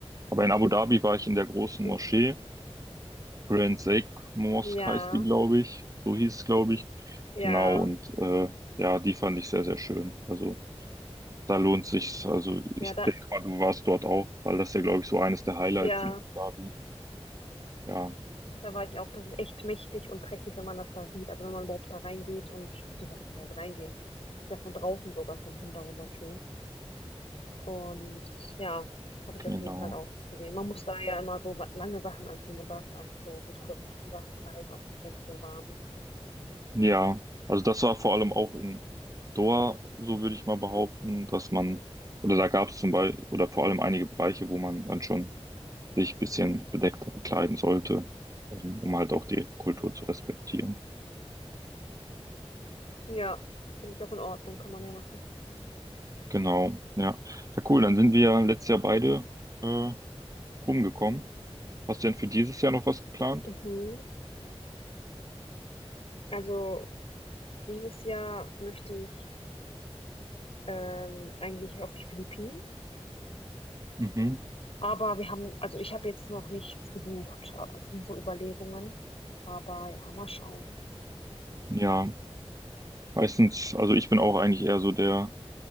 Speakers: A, on the right (about 35°); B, on the left (about 65°).
A: Aber in Abu Dhabi war ich in der großen
B: Okay.
A: Moschee. Grand Sheikh Mosque
B: Ja,
A: heißt die, glaube ich. So hieß es, glaube ich.
B: ja,
A: Genau, und äh, ja, die fand ich sehr, sehr schön. Also da lohnt sich's. Also ich
B: ja, da,
A: denke mal, du warst dort auch, weil das ja, glaube ich, so eines der Highlights
B: ja.
A: in Abu Dhabi. Ja,
B: Da war ich auch, das ist echt mächtig und prächtig, wenn man das da sieht. Also wenn man überhaupt da reingeht und, beziehungsweise was heißt reingehen, Das ist ja von draußen sogar schon wunder- wunderschön. Und ja, habe ich
A: genau.
B: auf jeden Fall auch gesehen. Man muss da ja immer so wa- lange Sachen anziehen. Man darf da nicht so mit kurzen Sachen reisen, auch wenn es so warm ist. Ne?
A: Ja, also das war vor allem auch in Doha, so würde ich mal behaupten, dass man, oder da gab es zum Beispiel, oder vor allem einige Bereiche, wo man dann schon sich ein bisschen bedeckter bekleiden sollte, ähm, um halt auch die Kultur zu respektieren.
B: Ja, finde ich auch in Ordnung, kann man ja machen.
A: Genau, ja. Ja, cool, dann sind wir ja letztes Jahr beide äh, rumgekommen. Hast du denn für dieses Jahr noch was geplant?
B: Mhm. Also dieses Jahr möchte ich ähm, eigentlich auf die Philippinen.
A: Mhm.
B: Aber wir haben, also ich habe jetzt noch nichts gebucht. Aber Das sind so Überlegungen. Aber ja, mal schauen.
A: Ja, meistens, also ich bin auch eigentlich eher so der